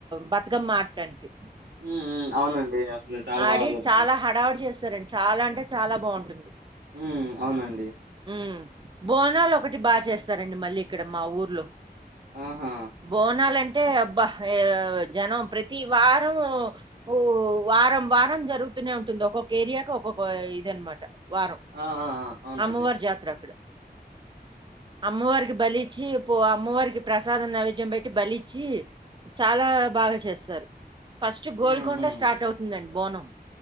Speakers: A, on the right; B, on the right.
A: బతుకమ్మ ఆడ్డానికి
B: మ్మ్ హు అవునండి అసలు చాలా
A: ఆడి
B: బాగా జరుపుకుంటాం
A: చాలా హడావుడి చేస్తరు చాలా అంటే చాలా బాగుంటుంది.
B: హ్మ్ అవునండి
A: హ్మ్ బోనాలోకటి బాగా చేస్తరండి మళ్ళీ ఇక్కడ మా ఊర్లో
B: ఆహా
A: బోనాలం టే అబ్బా ఏయ్ జనం ప్రతి వారం ఓ వారం వారం జరుగుతూనే ఉంటుంది ఒక్కొకెరియాకు ఒక్కొక్క ఇదనమాట వారం
B: ఆ ఆ ఆ అవునండి
A: అమ్మవార్ జాత్ర అక్కడ అమ్మవారికి బలిచ్చి పో అమ్మవారికి ప్రసాదం నైవేద్యం పెట్టి బలిచ్చి చాలా బాగా చేస్తారు ఫస్ట్ గోల్కొండ
B: ఉమ్ ఉమ్
A: స్టార్ట్ అవుతుందండి బోనం